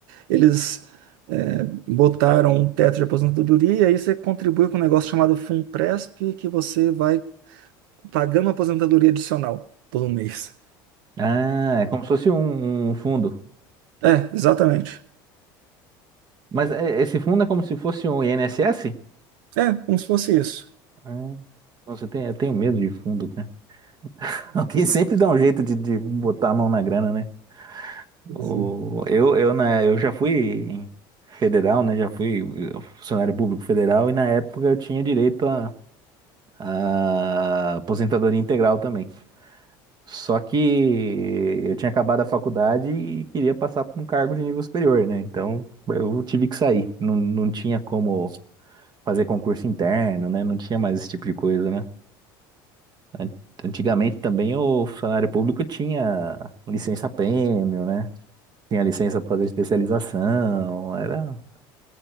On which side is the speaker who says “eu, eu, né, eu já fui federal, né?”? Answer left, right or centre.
Right